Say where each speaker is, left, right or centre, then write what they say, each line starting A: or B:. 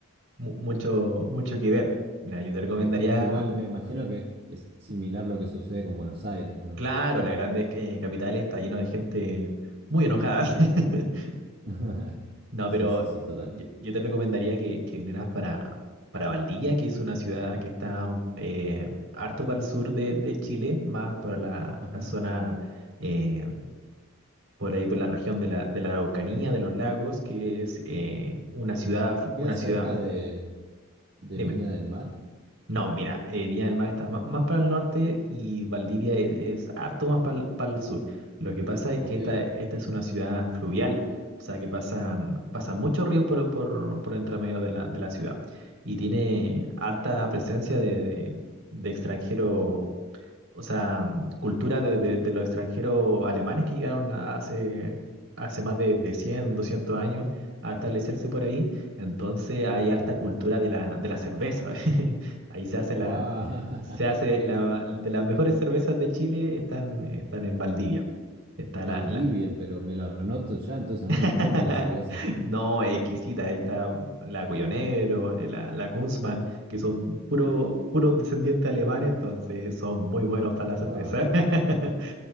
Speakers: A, on the right; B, on the right.
A: mu- mucho, mucho que ver. Mira, yo te recomendaría
B: Es que es igual, me imagino que es, es similar lo que sucede con Buenos Aires, ¿no?
A: Claro, la grande eh, capital está lleno de gente muy enojada. <laughs>
B: <laughs>
A: No,
B: Sí,
A: pero
B: sí, sí, total.
A: yo, yo te recomendaría que, que vinieras para, para Valdivia, que es una ciudad que está un- eh,
B: Ujú.
A: harto para el sur de, de Chile, más por la,
B: Ajá,
A: la zona, eh, por ahí, por la región de la, de la Araucanía, de los lagos, que es eh,
B: ok.
A: una ciudad, fl-
B: ¿Queda
A: una
B: cerca
A: ciudad.
B: de, de
A: Dime.
B: Viña del Mar?
A: No, mira, eh, Viña del Mar está ma- más, para el norte y Valdivia es, es harto más para el, para el sur. Lo que pasa es
B: Ok.
A: que esta, esta es una ciudad fluvial, o sea que pasan, pasan muchos ríos por, por, por entre medio de la, de la ciudad y tiene alta presencia de, de, de extranjeros o sea, cultura de, de- de los extranjeros alemanes que llegaron a- hace, hace más de, de cien doscientos años a establecerse por ahí. Entonces hay harta
B: Ujú.
A: cultura de la, de la cerveza. <laughs> Ahí se hace la,
B: Guau, <laughs>
A: se hace la, de las mejores cervezas de Chile están, están en Valdivia. Está
B: Valdivia,
A: la, la-
B: pero me lo anoto ya, entonces a
A: <laughs>
B: mí me encanta la cerveza.
A: No, exquisita, ahí está la Cuyo la, la Kunzmann, que son puro, puros descendientes alemanes, entonces son muy buenos para la cerveza.
B: Wow,
A: <laughs>